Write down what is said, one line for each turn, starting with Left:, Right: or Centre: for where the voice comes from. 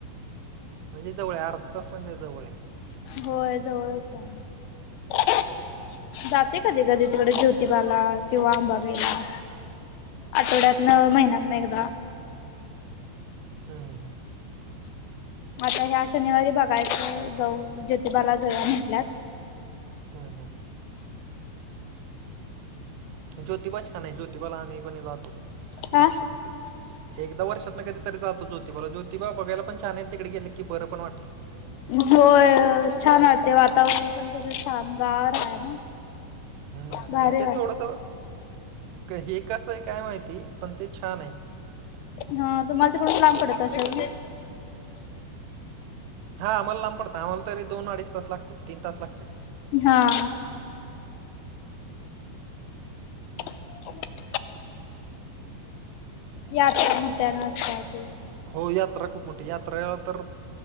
Right: म्हणजे जवळ अर्धा तास म्हणजे जवळय....
Left: होय जवळच आहे.... जाते कधी कधी तिकडे ज्योतिबाला किंवा आंबाबाईला..... आठवड्यात न महिन्यात ना एकदा...
Right: हम्म हम्म हं.....
Left: आता ह्या शनिवारी बघायच जाऊ जोतीबाला जाऊया म्हटल्यात.
Right: हम्म हम.... ज्योतिबाच का नाही ज्योतिबाला आम्ही पण जातो
Left: हा
Right: वर्षात ना कधीतरी..... एकदा वर्षात ना कधीतरी जातो ज्योतीबाला ज्योतिबा बघायला पण छानय तिकडे गेले की बरं पण वाटतं.
Left: होय छान वाटते वातावरण पण कस शानदार आहे ना.
Right: हम्म
Left: भारी
Right: आणि ते
Left: वाट
Right: थोडस हे कसं आहे काय माहिती पण ते छान आहे.
Left: हा तुम्हाला तिकडून लांब पडत असेल.
Right: हा आम्हाला लांब पडत आम्हाला तरी दोन अडीच तास लागतात तीन तास लागतात...
Left: हा.... हो.... यात मुठ्या असतात....
Right: हो यात्रा खूप मोठी यात्रा तर